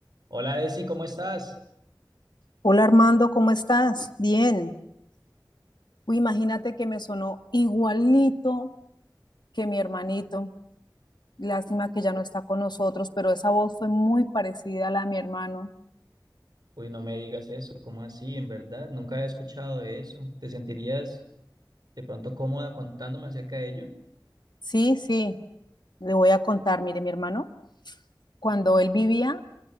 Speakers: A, on the right (about 55°); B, on the left (about 65°).
A: Hola, Esi, ¿cómo estás?
B: Hola Armando, ¿cómo estás? Bien. Uy, imagínate que me sonó igualito que mi hermanito. Lástima que ya no está con nosotros, pero esa voz fue muy parecida a la de mi hermano.
A: Uy, no me digas eso, ¿cómo así? En verdad, nunca había escuchado de eso. ¿Te sentirías de pronto cómoda contándome acerca de ello?
B: Sí, sí, le voy a contar. Mire, mi hermano, cuando él vivía,